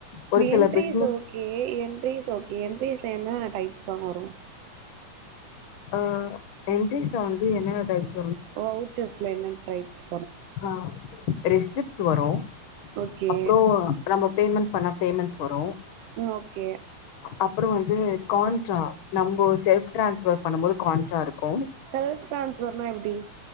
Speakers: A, on the left; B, on the right.
A: ஒரு சில
B: entries
A: business
B: okay entries okay entries என்னென்ன டைப்ஸ் தான் வரும்
A: அஹ் என்டரீஸ்ல வந்து என்ன டைப்ஸ்
B: ஓ ஓச்சஸ்ல என்னன் ட்ரை அய்ச்சு
A: ஆஹ் ரிசிப்ட் வரும்
B: ஓகே
A: அப்புறம் நம்ம பேமன்ட் அப்பனா பேமெண்ட்ஸ் வரும்
B: உம் ஓகே
A: அப்புறம் வந்து கான்ட்ரா நம்ம செல்ப் டிரான்ஸ்பர் பண்ணும் போது கான்ட்ரா இருக்கும்
B: செல்ஃப் ட்ரான்ஸ்ஃபர்னா எப்டி